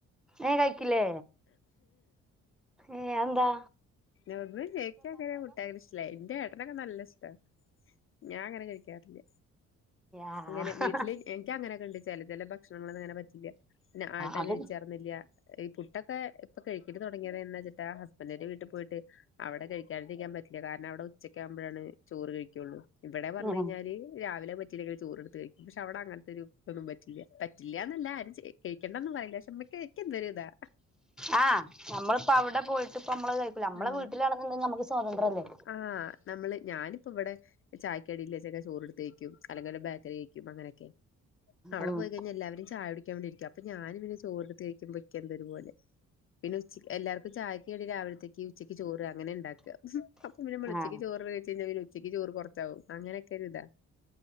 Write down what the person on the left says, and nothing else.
<unintelligible> അങ്ങനെ പുട്ടാകെ ഇഷ്ടല്ല എന്റെ ഏട്ടനൊക്കെ നല്ല ഇഷ്ട ഞാന് അങ്ങനെ കഴിക്കാറില്ല
ഇങ്ങനെ വീട്ടിലേക്ക് എനിക്ക് അങ്ങനെ കണ്ടിച്ചല് ചില ഭക്ഷണങ്ങളന്നും അങ്ങനെ പറ്റില്ല പിന്നെ അട
കഴിച്ചാർന്നില്ല ഈ പുട്ടൊക്കെ ഇപ്പൊ കഴിക്കല് തൊട്ങ്ങിയത് എന്നച്ചിട്ടാ ഹസ്ബൻഡിന്റെ വീട്ടിൽ പോയി അവിടെ കഴിക്കാതിരിക്കാൻ പറ്റില്ല കാരണം അവിടെ ഉച്ചക്ക് ആവുമ്പഴാണ് ചോറ് കഴിക്കുള്ളൂ ഇവിടെ പർഞ്ഞ്കഴിഞ്ഞാല്
രാവിലെ പറ്റീല്ലെങ്കിൽ ചോറ്ടുത്ത് കഴിക്കും പക്ഷെ അവടെ അങ്ങൻത്തെരു ഇതൊന്നും പറ്റില്ല പറ്റില്ലാന്നല്ല ആരും ചെ കഴിക്കേണ്ടന്നും പറയില്ല പക്ഷെ മ്മക്ക് ഇക്കെന്തൊരു താ
ആഹ്
ആഹ് നമ്മള് ഞാനിപ്പോ ഇവിടെ ചായക്കടില്ലേച്ചെ ചോറ്ടുത് കഴി അല്ലെങ്കിൽ ബേക്കറി കഴിക്കും അങ്ങനെയൊക്കെ അവിടെ
പോയി കഴിഞ്ഞാ എല്ലാവരും ചായ കുടിക്കാൻ വേണ്ടിരിക്കും അപ അപ്പ ഞാന് പിന്നെ ചോറ്ട്ത്ത് കഴിക്കുമ്പോ ഇക്കെന്തരുപോലെ പിന്നെ ഉച്ചക്ക് എല്ലാർക്കും ചായക്ക് കടി രാവിലത്തേക്ക് ഉച്ചക്ക് ചോറ് അങ്ങനെ ഇണ്ടാക്ക അപ്പൊ പിന്നെ നമ്മള് ഉച്ചക്ക്
ചോറ് ചോറ് വെച്ച് കഴിഞ്ഞാ ഒരു ഉച്ചക്ക് ചോറ് കൊർച്ചാവും അങ്ങനെയൊക്കെ ഒരു ഇതാ